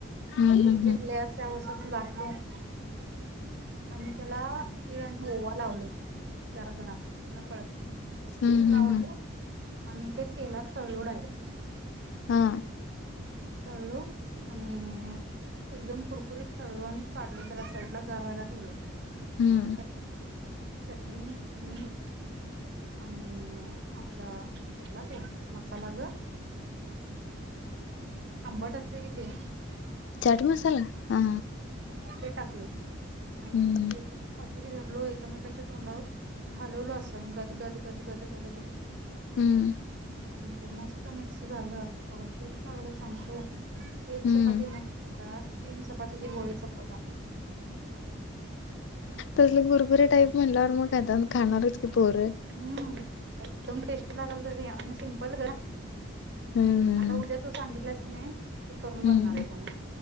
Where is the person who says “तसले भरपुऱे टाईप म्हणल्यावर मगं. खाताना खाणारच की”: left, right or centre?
Left